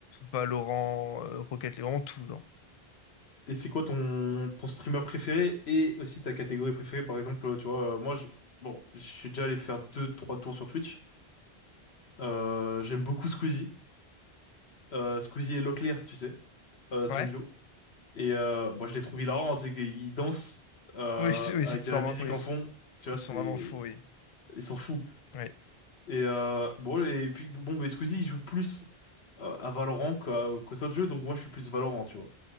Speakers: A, on the left; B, on the left.
A: Valorant, euh, Rocket League, vraiment tout, genre.
B: Et c'est quoi ton, ton streamer préféré et aussi ta catégorie préférée? Par exemple, tu vois, euh, moi, je, bon, je suis déjà allé faire deux, trois tours sur Twitch. Euh, j'aime beaucoup Squeezie. Euh, Squeezie et Locklear, tu sais, euh, son
A: Ouais.
B: duo. Et euh, bon, je les trouve hilarants, tu sais, qu'ils dansent euh,
A: Oui, c'est oui,
B: avec
A: c'est
B: de
A: vraiment.
B: la musique
A: Oui,
B: en
A: c'est-
B: fond. Tu vois,
A: ils
B: c'est,
A: sont vraiment fous, oui.
B: ils sont fous.
A: Oui.
B: Et euh, bon, et puis bon, mais Squeezie, il joue plus euh, à Valorant qu'à, qu'aux autres jeux, donc moi, je suis plus Valorant, tu vois.